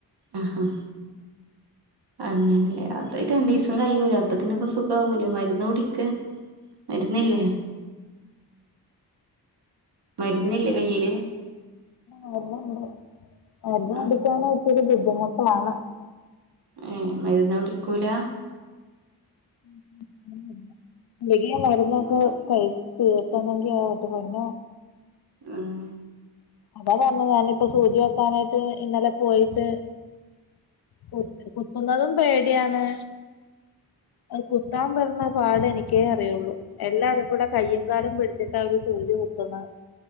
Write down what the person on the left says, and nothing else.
ആ മരുന്ന് ഉണ്ട് മരുന്ന്
കുടിക്കാന്‍ ഇച്ചിരി ബുദ്ധിമുട്ടാണ്
<inaudible> വലിയ മരുന്നൊക്കെ കഴിച്ച് തീർത്തണെങ്കി എന്റെ പോന്നോ
അതാ പറഞ്ഞത് ഞാൻ ഞാനിപ്പോ സൂചി വെക്കാനായിട്ട് ഇന്നലെ പോയിട്ട് കു കുത്തുന്നതും പേടിയാണ് അത് കുത്താൻ പെടുണ പാട് എനിക്കേ അറിയുള്ളൂ എല്ലാരും കൂടെ കയ്യും കാലും പിടിച്ചിട്ട് അവര് സൂചി കുത്ത്ന്നേ